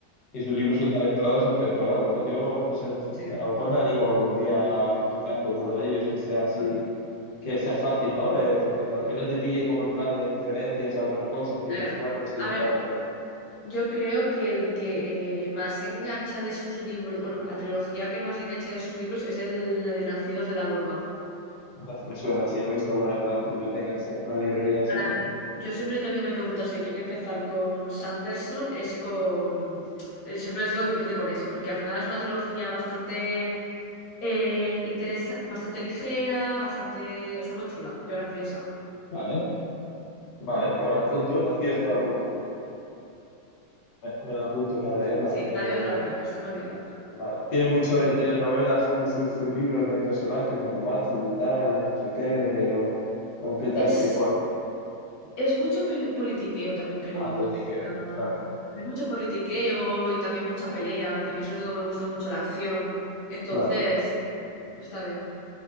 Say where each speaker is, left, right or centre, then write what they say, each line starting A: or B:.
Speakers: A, on the left; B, on the left.
A: y sus libros son tan esperados, es es por algo. Yo no sé,
B: sí.
A: a lo mejor me animo algún día a empezar con uno de ellos que sea así,
B: Mm.
A: que sea fácil, ¿no? De- porque no, que no te pille como en plan de referencias a otras cosas que
B: Eh,
A: digas tú, "Ah, no me estoy
B: A
A: enterando.
B: ver, yo creo que el que eh, más engancha de sus libros, bueno, la trilogía que más engancha de sus libros es el la de Nacidos de la Bruma.
A: Entonces, me suena, sí, lo he visto alguna vez en las bibliotecas, sí, en las librerías,
B: Para-
A: sí.
B: yo siempre que alguien me pregunta si quiere empezar con Sanderson, es con... eh, Siempre les digo que empiece con eso, porque al final es una trilogía bastante Eh, interesa- bastante ligera, bastante. Está muy chula y graciosa.
A: Vale, vale, me la apunto, Nacidos de la Bruma. Me, me la apunto para leerla.
B: Sí,
A: Eh,
B: la digo de la broma, está muy bien.
A: Vale. Tiene mucho de telenovela sus sus- sus libros de personajes, de romances, de tal, de no sé qué, o, o qué tal,
B: Es,
A: qué cual.
B: es mucho peli- politiqueo también, creo
A: Ah,
B: yo.
A: politiqueo.
B: Ah,
A: Es una mezcla.
B: Hay mucho politiqueo y también mucha pelea, que a mí sobre todo me gusta mucho la acción. Entonces,
A: Claro.
B: está bien.